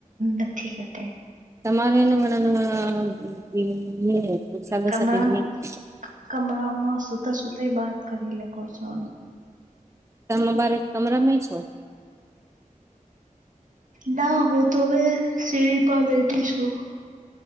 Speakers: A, on the right; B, on the right.
A: નથી કે
B: <unintelligible>
A: કમરા કમરામાં સુતા સુતા બાત કરી લકો છો
B: તમે બાર કમરામાં છો
A: ના હું તો હવે સીડી પર બેઠી છું